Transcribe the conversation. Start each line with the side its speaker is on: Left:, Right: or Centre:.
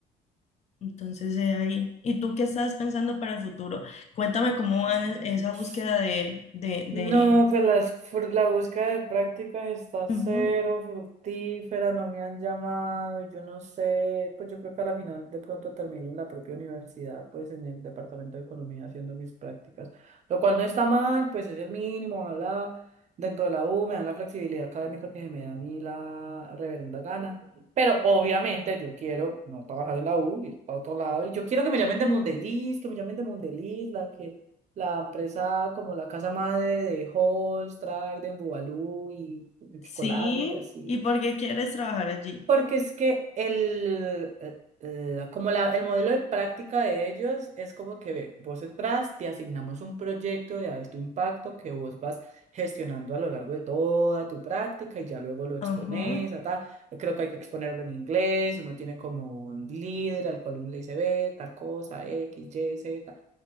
Left: Entonces, eh, ahí. ¿Y tú qué estás pensando para el futuro? Cuéntame cómo
Right: Dios.
Left: va en- esa búsqueda de, de, de...
Right: No, pues las fr- la búsqueda de prácticas está cero
Left: Ujú.
Right: fructífera, no me han llamado, y yo no sé, pues yo creo que a la final de pronto termino en la propia universidad, pues en el departamento de economía haciendo mis prácticas, lo cual no está mal, pues es el mínimo, bla, dentro de la U me dan la flexibilidad académica que me da a mí la reverenda gana, pero obviamente yo quiero no trabajar en la U, ir a otro lado, y yo quiero que me llamen de Mondeliz, que me llamen de Mondeliz, la que la empresa como la casa madre de Halls, Trident, Bubalú y de chocolates
Left: Sí,
Right: y así.
Left: ¿y por qué quieres trabajar allí?
Right: Porque es que el, eh, eh, como la, el modelo de práctica de ellos es como que vos entras, te asignamos un proyecto de alto impacto que vos vas gestionando a lo largo de toda tu práctica y ya luego lo expones,
Left: Ajá,
Right: ta, ta. Creo que hay que exponerlo en inglés, uno tiene como un líder al cual uno le dice, ve, tal cosa, X, Y, Z.